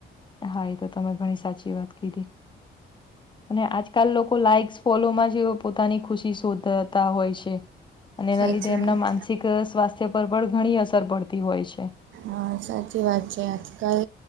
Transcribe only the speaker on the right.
સાચી
વાત
હ સાચી આજકાલ